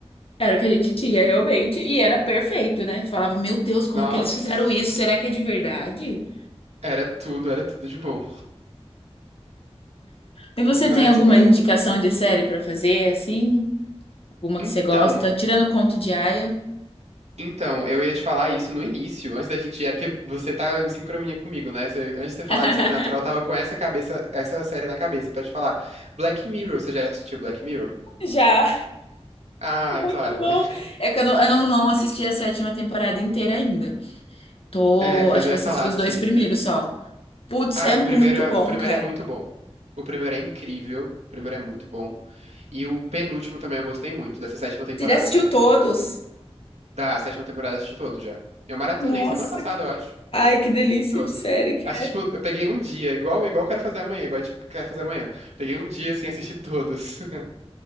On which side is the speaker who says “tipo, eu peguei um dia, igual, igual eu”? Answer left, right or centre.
Right